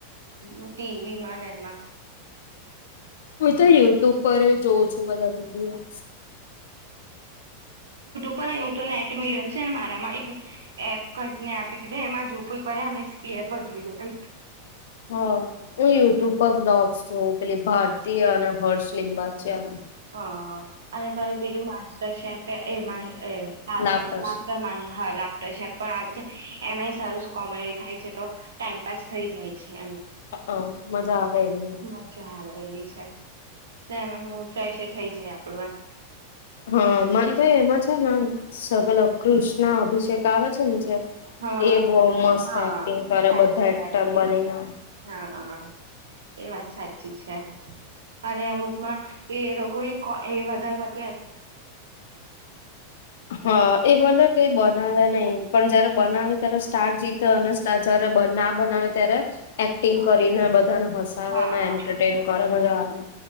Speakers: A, on the right; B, on the left.
A: મોતી વિમાન એમાં.
B: હું તો યુટ્યુબ પર જોઉં છું બધા વિડીયો.
A: પણ એ તો નેટ મિરલ છે ને મારામાં એક એપ કરીને આપી દીધી એમાં જો કો એક વા ભ જોવી દ એમ.
B: હા. હું યુટ્યુબ પર વ્લોગ્સ જોઉં પેલી ભારતી અને હર્ષ લિંબાચીયા ના.
A: હા અને પ પેલું માસ્ટર શેફ એ <unintelligible>
B: લાફ્ટર
A: લાફ્ટર શેફ પણ આવે છે, એમાંય સારુંસ કોમેડી થાય છે તો ટાઈમપાસ થઈ જાય છે એમ
B: અહં મજા આવે એમાંય.
A: મજા આવે એવી છે. ને એમાય <unintelligible> ફ્રેશ એય થઈ જાય આપડું એમ.
B: હા મને તો એમાં છે સબલ ઓફ કૃષ્ણ અભિષેક આવે છે ને જે
A: હા,
B: એ બહુ મસ્ત
A: હા
B: એક્ટિંગ કરે
A: સાચી
B: બધા એક્ટર
A: વાત કીધી,
B: બનીને
A: હા. એ વાત સાચી છે, અને અમુકમાં એ લોગો એ વધાર પડ
B: હા એ ભલે કઈ બનાવે નહી પણ જયારે બનાવે ત્યારે સ્ટાર જીતે, અને <unintelligible> જ્યારે ના બનાવે ત્યારે એક્ટિંગ
A: હા,
B: કરીને બધાને હસાવે
A: હા,
B: ને એન્ટરટેન
A: હા.
B: કરે મજા આવે